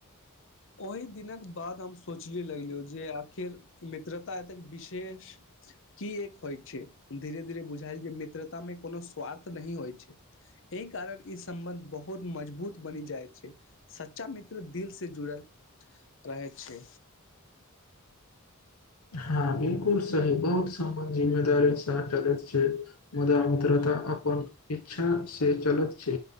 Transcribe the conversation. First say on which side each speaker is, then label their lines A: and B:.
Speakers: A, on the left; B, on the left.
A: ओहि दिनक बाद हम सोचिए लगलू जे आखिर मित्रता एतेक विशेष कीएक होइ छै धीरे धीरे बुझायल जे मित्रतामे कोनो स्वार्थ नहि होइ छै एहि कारण ई सम्बन्ध बहुत मजबूत बनि जाइ छै सच्चा मित्र दिल से जुड़ल रहै छै
B: हँ बिलकुल सही बहुत समान जिम्मेदारी सा चलैत छै मुदा मित्रता अपन इच्छा से चलैत छै